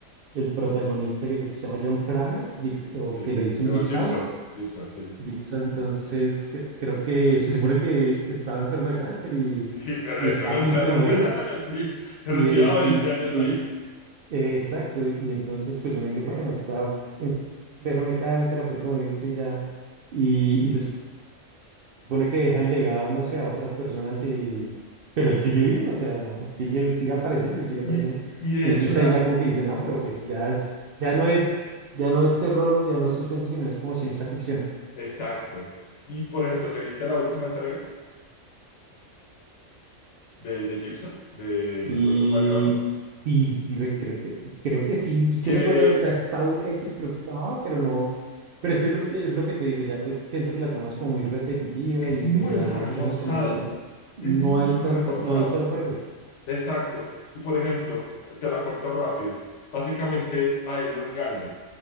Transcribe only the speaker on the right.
el protagonista que creo que se llama John Kramer Jig-
o que le dicen
Jigsaw
Jigsaw, entonces cre- creo que se supone que estaba enfermo de cáncer y,
y
estaba
a punto de morir.
Y,
eh,
y,
y,
eh, exacto, y entonces pues uno dice, bueno, está enfermo de cáncer, a punto de morirse y ya. Y, y se supone que deja el legado, no sé, a otras personas y... Pero él sigue vivo, o sea, no, sigue,
sigue apareciendo y sigue apareciendo.
Entonces
ahí ya como que dice, no, pero pues ya es, ya no es, ya no es terror, ya no es suspenso, sino es como ciencia ficción.
Y
sí, sí, re- creo que, creo que sí, sí
recuerdo
la SAU X, creo que se llamaba, pero no. Pero es que es lo, es lo que te digo, ya pues siento que la trama es como muy repetitiva
y
pues ya
digamos que no hay, no
hay
tanta, no hay sorpresas.